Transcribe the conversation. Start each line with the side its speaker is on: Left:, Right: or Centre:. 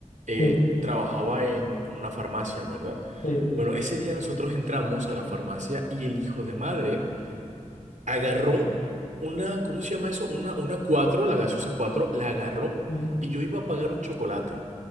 Right: eh,
Left: Sí,
Right: trabajaba en una farmacia, ¿verdad?
Left: sí,
Right: Bueno, ese día nosotros entramos a la farmacia y el hijo de madre agarró una, ¿cómo se llama eso? Una, una cuatro la gaseosa 4 la agarró
Left: sí,
Right: y yo iba a pagar un chocolate.